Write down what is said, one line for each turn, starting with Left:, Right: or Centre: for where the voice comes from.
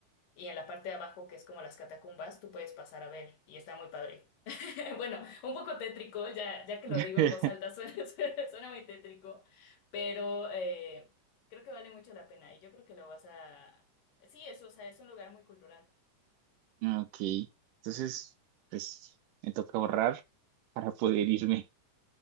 Left: y en la parte de abajo, que es como las catacumbas, tú puedes pasar a ver y está muy padre. <laughs> Bueno, un poco tétrico, ya, ya que
Right: <laughs>
Left: lo digo en voz alta, suena, <laughs> suena, suena muy tétrico, pero eh, creo que vale mucho la pena y yo creo que lo vas a... Sí, es, o sea, es un lugar muy cultural.
Right: Ok, entonces, pues me toca ahorrar para poder irme.